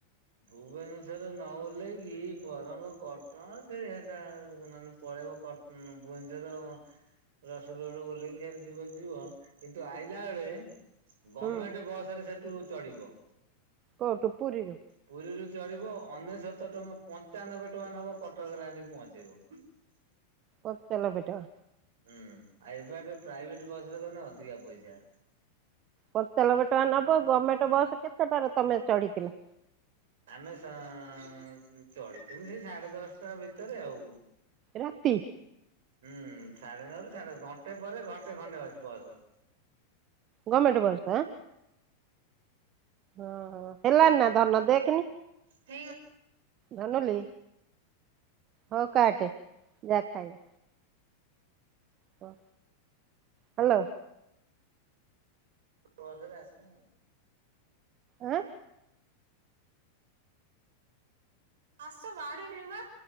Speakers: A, on the right (about 60°); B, on the right (about 35°).
A: ଭୁବନେଶ୍ୱରରେ ନ ଓହ୍ଲେଇକି ବରଂ କଟ ହଁ ସେଇ ହେଲା ନହନେ ପଳେଇବ କଟ ଉଁ ଭୁବନେଶ୍ୱର ରସୁଲଗଡ଼ରୁ ଓହ୍ଲେଇକି ସିଆଡ଼େ ଯିବା ଯିବ କିନ୍ତୁ ଆଇଲା ବେଳେ ଗମେଣ୍ଟ
B: ହୁଁ
A: ବସରେ ସେଠୁ ଚଢିବ।
B: କଉ ଠୁ ପୁରୀରୁ?
A: ପୁରୀରୁ ଚଳିବ ଅନେଶତ ଟଙ୍କା ପଞ୍ଚାନବେ ଟଙ୍କା ନବ କଟକରେ ଆଣିକି ପହଞ୍ଚେଇବ। <inaudible>
B: ପଞ୍ଚାନବେ ଟଙ୍କା?
A: ହୁଁ ଏବାଟ ପ୍ରାଇଭେଟ ବସରେ ଗନେ ଅଧିକା ପଇସା।
B: ପଞ୍ଚାନବେ ଟଙ୍କା ନବ ଗଭର୍ଣ୍ଣମେଣ୍ଟ ବସ୍ କେତେଟାରେ ତମେ ଚଢିଥିଲ?
A: ଆମେ ସ-ଚଢିଥିଲୁ ସେ ସାଢେ ଦଶଟା ଭିତରେ ଆଉ।
B: ରାତି?
A: ହୁଁ ସାଢେ ନଅରୁ ସାଢେ ଘଣ୍ଟେ ପରେ ଘଣ୍ଟେ ଖଣ୍ଡେ ଅଛି ବସ।
B: ଗଭର୍ଣ୍ଣମେଣ୍ଟ ବସ୍‌ ତ ହଁ? ଓହୋ ହେଲାନି ନା ଧନ ଦେଖ୍ କିନି
A: ହେଇ
B: ଧନୁଲି ହଉ କାଟେ ଯା ଖାଇବ। ବ। ହ୍ୟାଲୋ?
A: <inaudible> ରେ ଆସିନି ଆଉ।
B: ଉଁ?
A: ଆସ ବାଢିଲିଣୀ ବା।